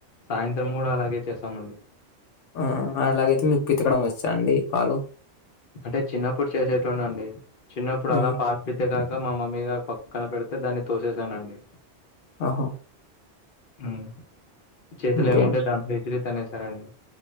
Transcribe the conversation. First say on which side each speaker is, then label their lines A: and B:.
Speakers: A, on the left; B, on the left.
A: సాయంత్రం కూడా అలాగే చేసామండి
B: ఆ అలాగైతే మీకు పితకడం వచ్చా అండి పాలు
A: అంటే చిన్నప్పుడు చేసేటోడిని అండి చిన్నప్పుడు
B: హ్మ్.
A: అలా పాల్ పితి గాక మా మమ్మీ గారు పక్కన పెడితే దాన్ని తోసేసానండి
B: ఆ హో
A: ఉమ్ చేతులో
B: ఇంకేంటి
A: ఏముంటే దాంట్లో విసిరి తనేసారండి